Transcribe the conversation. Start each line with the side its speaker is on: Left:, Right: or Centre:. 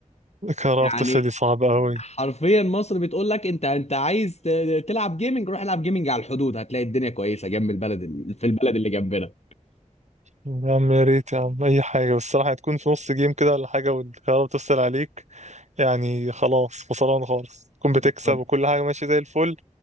Right: كرافت
Left: يعني
Right: بس دي صعبة أوي
Left: حرفيا مصر بتقول لك انت انت عايز ت- تلعب جيمنج روح العب جيمنج على الحدود هتلاقي الدنيا كويسه جنب البلد ال- في البلد اللي جنبنا
Right: يا عم يا ريت يا عم أي حاجة بس الصراحة هتكون في نص جيم كده ولا حاجة والكهرباء بتفصل عليك يعني خلاص خسران خالص تكون بتكسب
Left: بالظبط
Right: وكل حاجة ماشية زي الفل